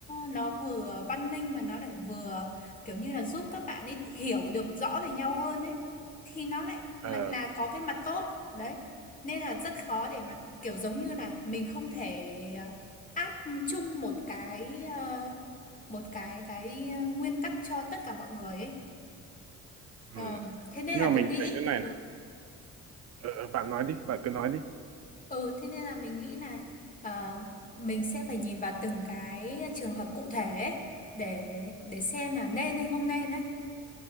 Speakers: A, on the left (about 25°); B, on the right (about 55°).
A: nó vừa văn minh mà nó lại vừa kiểu như là giúp các bạn ấy hiểu được rõ về nhau hơn ấy thì nó lại lại
B: ờ
A: là có cái mặt tốt đấy nên là rất khó để mà kiểu giống như là mình không thể à, áp chung một cái à, một cái cái à, nguyên tắc cho tất cả mọi người ấy
B: ừ.
A: Ờm, thế nên
B: nhưng
A: là
B: mà mình
A: tớ nghĩ
B: thấy thế này
A: ừ,
B: này Ờ, ờ, bạn nói đi bạn cứ nói đi
A: Ừ, thế nên là mình nghĩ là ờ, mình sẽ phải nhìn vào từng cái trường hợp cụ thể ấy, để để xem là nên hay không nên đấy.